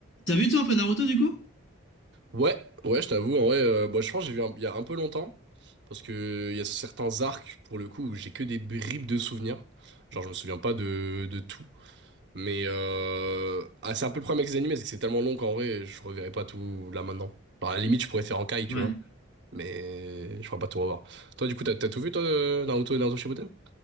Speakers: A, on the left (about 70°); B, on the right (about 55°).
A: T'as vu toi un peu Naruto du coup?
B: Ouais, ouais, je t'avoue, en vrai, euh, moi je pense que j'ai vu un- il y a un peu longtemps, parce que il y a certains arcs, pour le coup, où j'ai que des bribes de souvenirs. Genre, je me souviens pas de, de tout. Mais euh... ah, c'est un peu le problème avec les animés, c'est que c'est tellement long qu'en vrai, je reverrai pas tout là maintenant. Genre, à la limite, je pourrais faire en caille, tu
A: Ouais.
B: vois, mais je pourrais pas tout revoir. Toi, du coup, t'as t'as tout vu, toi, de Naruto et Naruto Shippuden?